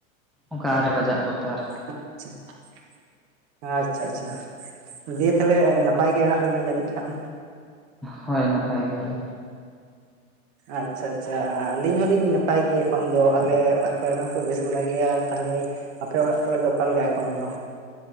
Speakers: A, in the centre; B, on the right (about 50°).
A: ᱚᱱᱠᱟ ᱟᱨᱮ ᱵᱟᱡᱟᱜ ᱠᱚᱛᱟᱨ
B: <unintelligible> ᱟᱪᱷᱟ ᱟᱪᱷᱟ ᱫᱤᱭᱮ ᱛᱟᱞᱮ ᱱᱟᱯᱟᱭ ᱜᱮ ᱦᱮᱱᱟᱜ ᱵᱤᱱᱟ ᱡᱟᱹᱱᱤᱡ ᱠᱷᱟᱱ
A: ᱦᱳᱭ ᱱᱟᱯᱟᱭ ᱜᱮᱭᱟ ᱞᱤᱧ᱾
B: ᱟᱪᱷᱟ ᱟᱪᱷᱟ ᱟᱹᱞᱤᱧ ᱦᱚᱞᱤᱧ ᱱᱟᱯᱟᱭ ᱜᱮᱭᱟ ᱮᱠᱷᱚᱱ ᱫᱚ ᱟᱞᱮ ᱚᱲᱟᱜ ᱠᱚᱨᱮᱱ ᱦᱚᱸᱠᱚ ᱵᱮᱥ ᱵᱟᱲᱟ ᱜᱮᱭᱟ ᱛᱟᱦᱞᱮ ᱟᱯᱮ ᱚᱲᱟᱜ ᱠᱚᱨᱮ ᱫᱚ ᱚᱠᱟ ᱞᱮᱠᱟ ᱮᱠᱷᱚᱱ ᱫᱚ?